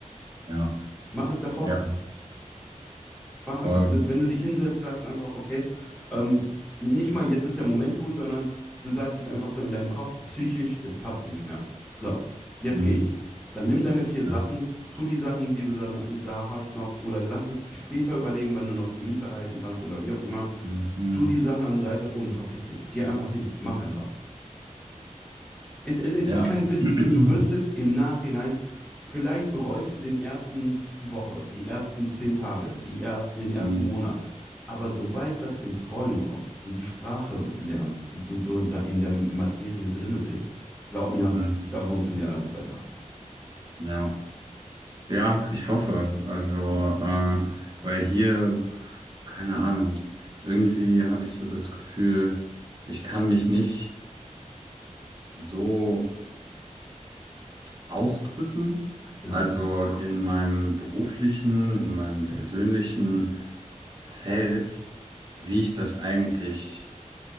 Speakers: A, on the right; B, in the centre.
A: ja,
B: Mach es davor.
A: ja,
B: Mach einfach.
A: voll,
B: Si-, Wenn du dich hinsetzt, sagst einfach, okay, ähm, nicht mal jetzt ist der Moment gut, sondern du sagst es einfach so in deinem Kopf, psychisch, es passt nicht mehr. So, jetzt
A: mhm,
B: gehe ich. Dann nimm deine vier Sachen,
A: ja,
B: tu die Sachen, die du dann äh, da hast noch, oder lass es später überlegen, wenn du noch die Miete halten kannst oder wie auch immer.
A: nee, voll.
B: Tu die Sachen an Seite und verpiss dich. Geh einfach hin. Mach einfach. Es, es, es
A: ja,
B: ist kein Witz. Du
A: <clears throat>
B: wirst es im Nachhinein, vielleicht bereust du den ersten Woche, die ersten zehn Tage, die ersten, den ersten
A: Mhm,
B: Monat. Aber sobald das ins Rollen kommt, du die Sprache lernst, du, du du da in der Materie drinne bist, glaub mir,
A: mhm,
B: dann funktioniert alles besser.
A: ja, ja, ich hoffe, also, äh, weil hier, keine Ahnung, irgendwie habe ich so das Gefühl, ich kann mich nicht so ausdrücken.
B: Ja.
A: Also Ja. in meinem beruflichen, in meinem persönlichen Feld, wie ich das eigentlich